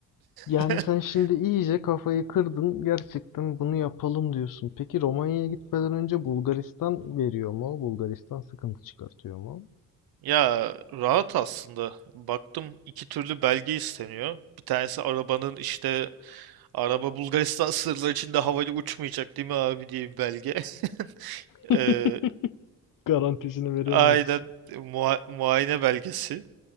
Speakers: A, on the left; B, on the right.
A: Yani
B: <laughs>
A: sen şimdi iyice kafayı kırdın. Gerçekten bunu yapalım diyorsun. Peki Romanya'ya gitmeden önce Bulgaristan veriyor mu? Bulgaristan sıkıntı çıkartıyor mu?
B: Ya rahat aslında. Baktım iki türlü belge isteniyor. Bir tanesi arabanın işte araba Bulgaristan <laughs> sınırları içinde havayla uçmayacak değil mi abi diye bir belge. <laughs>
A: <laughs>
B: Ee,
A: Garantisini veremiyoruz.
B: aynen mua- muayene belgesi.